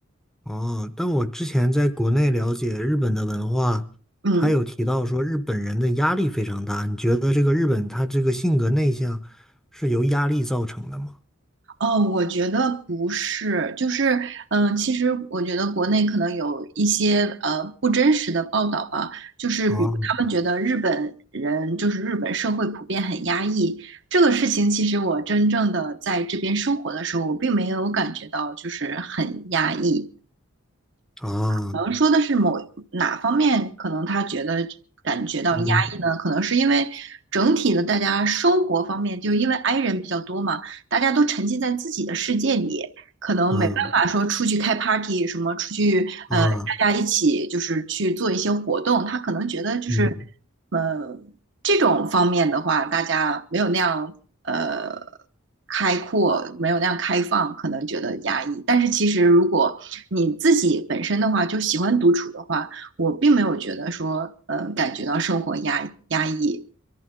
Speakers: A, in the centre; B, on the right (about 55°).
A: 哦，但我之前在国内了解日本的文化，
B: 嗯，
A: 他有提到说日本人的压力非常大。你觉得这个日本他这个性格内向是由压力造成的吗？
B: 哦，我觉得不是，就是，嗯，其实我觉得国内可能有一些呃不真实的报道吧，就是比如他们觉得日本人就是日本社会普遍很压抑，
A: 啊
B: 这个事情其实我真正的在这边生活的时候，我并没有感觉到就是很压抑，
A: 啊，
B: 可能说的是某哪方面，可能他觉得感觉到压抑呢？
A: 嗯
B: 可能是因为整体的大家生活方面，就因为 i 人比较多嘛，大家都沉浸在自己的世界里，可能没办法说出去开
A: 啊
B: party 什么，出去呃大家一起就是去做一些活动，
A: 啊
B: 他可能觉得就是
A: 嗯。
B: 呃这种方面的话，大家没有那样呃开阔，没有那样开放，可能觉得压抑。但是其实如果你自己本身的话，就喜欢独处的话，我并没有觉得说，呃，感觉到生活压压抑。